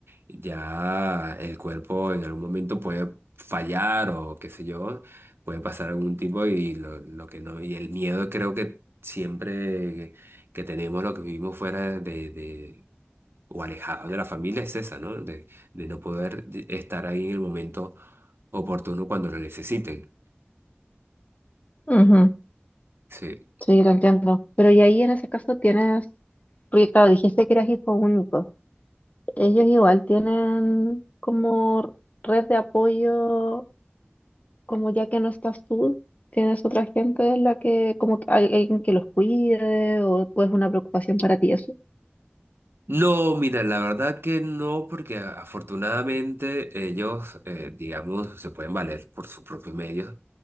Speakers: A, on the right; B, on the left.
A: ya el cuerpo en algún momento puede fallar o qué sé yo, puede pasar algún tipo y lo, lo que no, y el miedo creo que siempre que tenemos lo que vivimos fuera de, de, o alejado de la familia es esa, ¿no? De, de no poder de- estar ahí en el momento oportuno cuando lo necesiten.
B: ujú.
A: Sí.
B: Sí, lo entiendo. Pero y ahí en ese caso tienes, porque claro, dijiste que eras hijo único. Ellos igual tienen como red de apoyo, como ya que no estás tú, tienes otra gente en la que, como que hay alguien que los cuide o es una preocupación para ti eso.
A: No, mira, la verdad que no, porque a- afortunadamente ellos, eh, digamos, se pueden valer por sus propios medios.